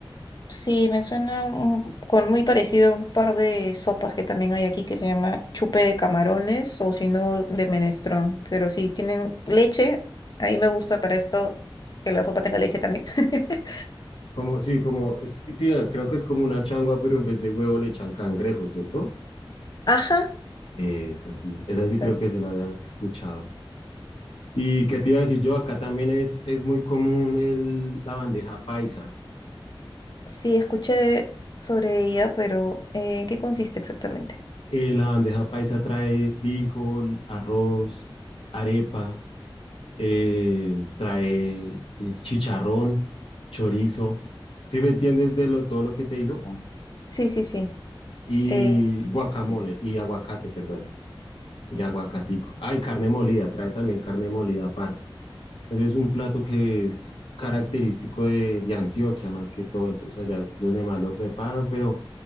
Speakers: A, on the left (about 50°); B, on the left (about 80°).
A: Sí, me suena un- con muy parecido a un par de sopas que también hay aquí que se llama chupe de camarones o si no de menestrón. Pero sí, tienen leche. Ahí me gusta para esto que la sopa tenga leche también. <laughs>
B: Como, sí, como, es que- sí, creo que es como una changua, pero en vez de huevo le echan cangrejo, ¿cierto?
A: Ajá.
B: Eh, es así, es así
A: Exacto.
B: creo que se la había escuchado. ¿Y qué te iba a decir yo? Acá también es, es muy común el, la bandeja paisa.
A: Sí, escuché sobre ella, pero eh, ¿qué consiste exactamente?
B: Eh, la bandeja paisa trae frijol, arroz, arepa. eh, trae eh, chicharrón, chorizo, si me entiendes de lo, todo lo que te digo?
A: Ajá. Sí, sí, sí.
B: Y
A: Eh,
B: guacamole,
A: sí.
B: y aguacate, perdón, y aguacatico. Ay, carne molida, trae también carne molida aparte. Entonces es un plato que es característico de, de Antioquia más que todo, entonces allá es donde más lo preparan, pero